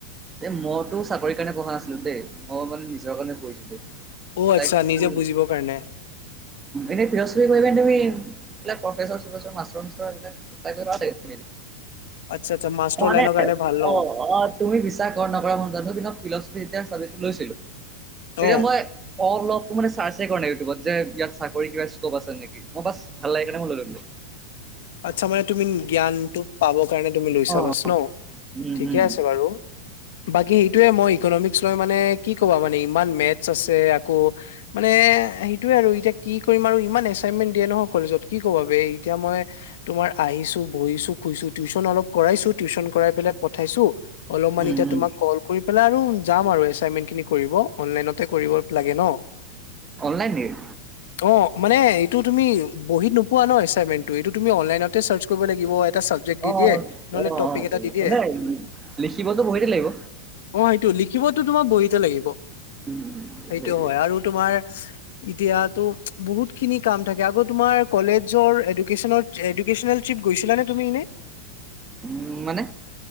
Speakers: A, on the right; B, on the left.
A: দে মইতো চাকৰিৰ কাৰণে পঢ়া নাছিলো দেই মই মানে নিজৰ কাৰণে পঢ়িছিলো।
B: অ আচ্ছা নিজে বুজিবৰ কাৰণে
A: এনে ফিলচফি কৰিবা'নে তুমি এইবিলাক প্ৰফেছাৰ চফেছৰ মাছটৰ চাচ'তৰ এইবাক এপ্লাই কৰিব
B: আচ্ছা আচ্ছা মাষ্টৰ
A: মানে
B: লাইনৰ কাৰণে ভাল ন
A: অ অ তুমি বিশ্বাস কৰা নকৰা মন জানো কিন্তু ফিলচফি এয়া লৈছিলো
B: অ
A: এতিয়া মই অলপ মানে চাৰ্ছে কৰা নাই ইউটিউবত যে ইয়াত চাকৰি কিবা স্কোপ আছে নেকি। মই বাছ ভাল লাগে কাৰণে মই লৈললো।
B: আচ্ছা মানে তুমি জ্ঞানটো পাব কাৰণে তুমি লৈছা
A: অ',
B: বাচ ন?
A: উম,
B: ঠিকে
A: উম,
B: আছে বাৰু। বাকী সেইটোয়ে মই ইকনমিকস লৈ মানে কি ক'বা মানে ইমান মে'তছ আছে, আকৌ মানে এ সেইটোয়ে আৰু এতিয়া কি কৰিম আৰু ইমান এচাইনমেন্ট দিয়ে নহয় কলেজত কি কবা বেই এতিয়া মই তোমাৰ আহিছো, বহিছো, শুইছো, টিউশচন অলপ কৰাইছো টিউশচন কৰাই পেলাই পঠাইছো অলপমান
A: উম,
B: এতিয়া
A: উম,
B: তোমাক কল কৰি পেলাই আৰু যাম আৰু এছাইনমেন্ট খিনি কৰিব অনলাইনত কৰিব লাগে ন?
A: অনলাইন নেকি?
B: অ মানে টো তুমি বহিত নোপোৱা ন এচাইন্টমেনটো এইটো তুমি অনলাইনতে চাৰ্চ কৰিবাগিব চাবজেক্ট দি
A: অ',
B: দিয়ে, নহলে
A: অ',
B: টপিক
A: অ',
B: এটা দি দিয়ে,
A: মানে লিখিবতো বহীতে লাগিব।
B: অ স লিখিবতো তোমাক বহিতে লাগিব
A: উম, উম,
B: সেইটো
A: সেইটোৱে।
B: হয় আৰু তোমাৰ এতিয়াতো বহুত খিনি কাম থাকে আকৌ তোমাৰ কলেজৰ এডোকে'চনেল ট্ৰিপ গৈছিলা নে তুমি এনে?
A: উম মানে?